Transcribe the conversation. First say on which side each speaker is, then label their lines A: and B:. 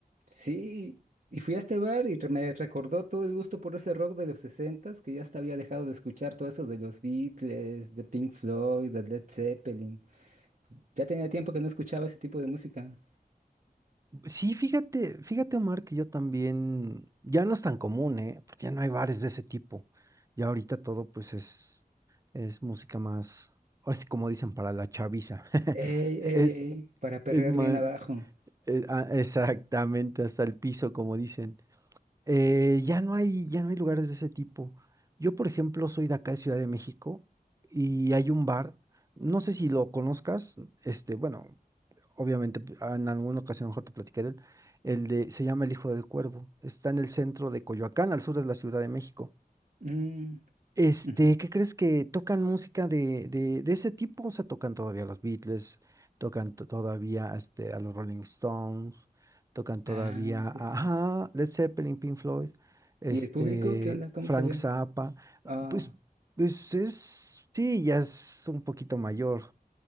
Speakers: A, on the right; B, on the right.
A: Sí, y fui a este bar y re- me recordó todo el gusto por ese rock de los sesentas que ya hasta había dejado de escuchar todo eso de los Beatles, de Pink Floyd, de Led Zeppelin. Ya tenía tiempo que no escuchaba ese tipo de música.
B: Sí, fíjate, fíjate, Omar, que yo también, ya no es tan común, ¿eh? Porque ya no hay bares de ese tipo. Ya ahorita todo, pues, es, es música más, ahora sí como dicen, para la chaviza. <laughs>
A: Ey, ey,
B: Es,
A: ey, para perrear
B: es más,
A: bien abajo.
B: eh, ah, exactamente, hasta el piso, como dicen. Eh, ya no hay, ya no hay lugares de ese tipo. Yo, por ejemplo, soy de acá de Ciudad de México y hay un bar, no sé si lo conozcas, este, bueno obviamente p- en alguna ocasión mejor te platiqué de él, el de, se llama El Hijo del Cuervo, está en el centro de Coyoacán, al sur de la Ciudad de México.
A: Mm,
B: Este,
A: ujú.
B: ¿qué crees que tocan música de, de, de ese tipo? O sea, tocan todavía a los Beatles, tocan to- todavía este, a los Rolling Stones, tocan
A: Ah,
B: todavía
A: sí,
B: a
A: sí.
B: ajá, Led Zeppelin, Pink Floyd, este,
A: ¿Y el público qué onda? ¿Cómo
B: Frank
A: se ve?
B: Zappa.
A: Ah,
B: Pues, pues es, sí, ya es un poquito mayor.